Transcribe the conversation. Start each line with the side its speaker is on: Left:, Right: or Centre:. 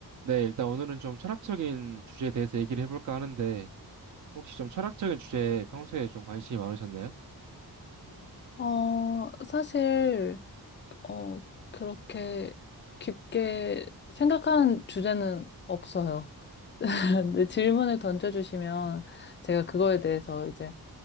Right: 네, 일단 오늘은 좀 철학적인 주제에 대해서 얘기를 해볼까 하는데, 혹시 좀 철학적인 주제에 평소에 좀 관심이 많으셨나요?
Left: 어, 사실, 어, 그렇게 깊게 생각한 주제는 없어요. <laughs> 근데 질문을 던져주시면 제가 그거에 대해서 이제